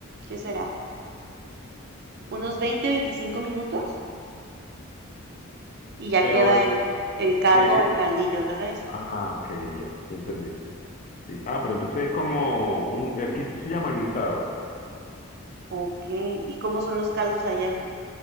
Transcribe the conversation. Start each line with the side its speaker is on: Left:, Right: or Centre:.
Right: ¿qué será? Unos 20, 25 minutos y ya
Left: Pero
Right: queda
Left: es...
Right: el, el caldo
Left: es-
Right: o caldillo de res.
Left: Ah, ok, ya, ya entendí. Sí. Ah, pero entonces es como un... Aquí eso se llama guisado.
Right: Ok, ¿y cómo son los caldos allá?